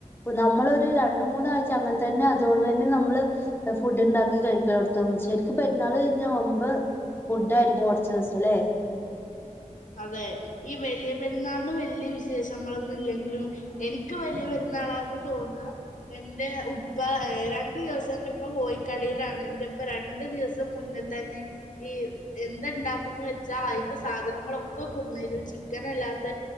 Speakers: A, on the left; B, on the left.
A: നമ്മളൊരു രണ്ട് മൂന്നാഴ്ച അങ്ങനത്തെ തന്നെ അതുകൊണ്ട് തന്നെ നമ്മള് ഫുഡ് ഉണ്ടാക്കി കഴിക്കാലൊട്ത്തും ശരിക്കും പെരുന്നാൾ കഴിഞ്ഞാൽ വമ്പൻ ഫുഡ് ആയിരിക്കും കൊറച്ച് ദിവസം അല്ലേ
B: അതെ ഈ വലിയ പെരുന്നാള്ന് വലിയ വി വിശേഷങ്ങളൊന്നും ഇല്ലെങ്കിലും എനിക്ക് വലിയ പെരു എന്നാളാന്ന് തോന്ന എന്റെ ഉപ്പ രണ്ടു ദിവസം എന്റെ ഇപ്പ കോഴിക്കടയിലാണ് എന്റെപ്പ രണ്ടു ദിവസം മുന്നേ തന്നെ ഈ എന്ത ഉണ്ടാക്കുന്നു വെച്ചാ അതിന്റെ സാധനങ്ങളൊ ഒക്കെ കൊടുന്നരും ചിക്കൻ അല്ലാത്ത